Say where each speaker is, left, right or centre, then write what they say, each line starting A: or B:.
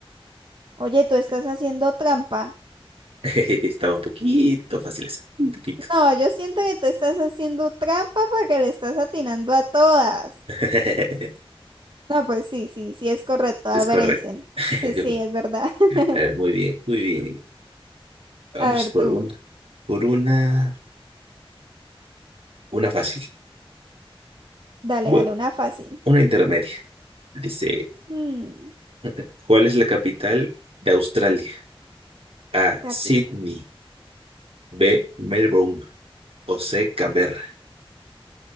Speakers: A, on the right (about 55°); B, on the right (about 70°).
A: Oye, tú estás haciendo trampa.
B: <laughs> Estaba un poquito fácil esa, un poquito.
A: No, yo siento que te estás haciendo trampa porque le estás atinando a todas.
B: <laughs>
A: No, pues sí, sí, sí es correcto,
B: Es
A: Albert
B: correcto.
A: Einstein.
B: <laughs>
A: Sí, sí, es verdad. <laughs>
B: A ver, muy bien, muy bien. Vamos
A: A ver
B: por
A: tú,
B: una, por una, una fácil.
A: dale,
B: Bueno,
A: dale una fácil.
B: una intermedia. Dice,
A: Mm,
B: <laughs> ¿cuál es la capital de Australia? A,
A: capital.
B: Sydney, B, Melbourne o C, Canberra.